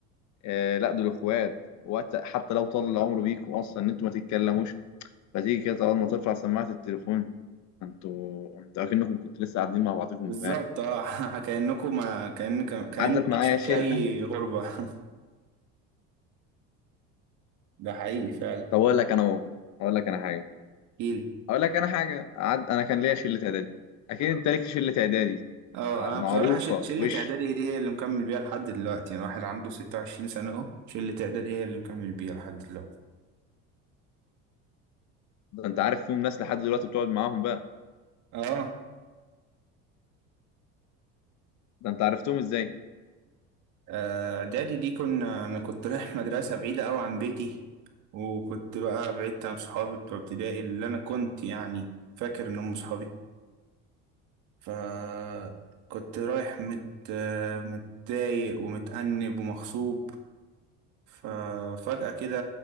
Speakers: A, on the left; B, on the right.
A: آه لا دول اخوات وقت حتى لو طال العمر بيكم اصلا ان انتوا ما تتكلموش فتيجي كده اول ما ترفع سماعه التليفون انتوا انتوا اكنكم كنتوا لسه قاعدين مع بعضكم
B: بالظبط
A: امبارح
B: اه <laughs> كانكم ما كان كانك
A: عدت معايا
B: مش
A: شله
B: في اي غربه <laughs> ده حقيقي فعلا
A: طب اقول لك انا موقف اقول لك انا حاجه
B: احكيلي
A: اقول لك انا حاجه عد... انا كان ليا شله اعدادي اكيد انت ليك شله اعدادي
B: اه
A: آه،
B: انا
A: معروفه
B: بصراحه ش- شله
A: وش
B: اعدادي دي هي اللي مكمل بيها لحد دلوقتي يعني واحد عنده 26 سنه اهو شله اعدادي هي اللي مكمل بيها لحد دلوقتي
A: ده انت عارف فيهم ناس لحد دلوقتي بتقعد معاهم بقى
B: اه
A: ده انت عرفتهم ازاي
B: آه، اعدادي دي كنا انا كنت رايح <laughs> مدرسه بعيده قوي عن بيتي وكنت بقى بعدت عن صحابي بتوع ابتدائي اللي انا كنت يعني فاكر ان هم صحابي فكنت رايح مت آه، متضايق ومتأنب ومغصوب ففجأة كده